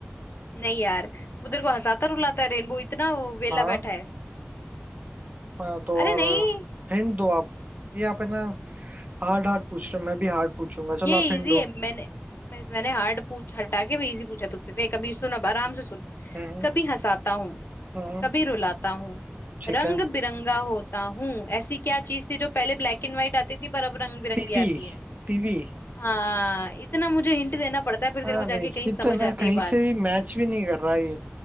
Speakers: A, on the left (about 70°); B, on the right (about 40°).
A: नहीं यार वो तेरे को हंसाता रुलाता है रेनबो इतना वो वेला
B: हाँ
A: बैठा है
B: हाँ, तो
A: अरे
B: और
A: नहीं
B: हिंट दो आप ये आप है ना हार्ड हार्ड पूछ रहे हो, मैं भी हार्ड पूछूंगा चलो
A: ये
B: आप हिंट
A: इजी
B: दो
A: है मैंने मैं, मैंने हार्ड पूछ हटा के भी इजी पूछा तुझसे देख कभी सुन अब आराम से सुन
B: हम्म
A: कभी हंसाता हूँ
B: हम्म
A: कभी रुलाता हूँ
B: ठीक
A: रंग
B: है
A: बिरंगा होता हूँ ऐसी क्या चीज थी जो पहले ब्लैक एंड व्हाइट आती थी पर अब रंग बिरंगी
B: टीवी
A: आती है
B: टीवी
A: हाँ इतना मुझे हिंट देना पड़ता है फिर
B: अरे
A: तेरे को जाके
B: ये
A: कहीं
B: तो
A: समझ
B: है ना
A: आती
B: कहीं
A: है बात
B: से भी मैच भी नहीं कर रहा है ये